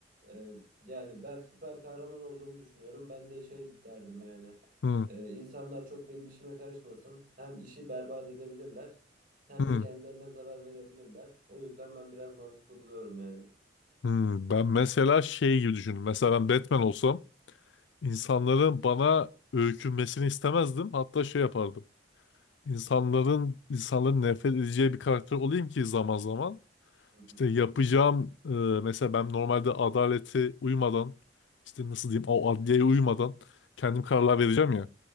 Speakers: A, on the right; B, on the left.
A: e, yani ben süper kahraman olduğumu düşünüyorum. Ben de şey derdim yani.
B: hı
A: Ee, insanlar çok benim işime karışmasın. Hem işi berbat edebilirler hem
B: hı.
A: de kendilerine zarar verebilirler. O yüzden ben biraz mantıklı buluyorum yani.
B: Hı. Ben mesela şey gibi düşündüm. Mesela ben Batman olsam insanların bana öykünmesini istemezdim. Hatta şey yapardım. İnsanların insanların nefret edeceği bir karakter olayım ki zaman zaman
A: Hı hı,
B: işte yapacağım e, mesela ben normalde adalete uymadan işte nasıl diyeyim o adliyeye uymadan kendim kararlar vereceğim ya.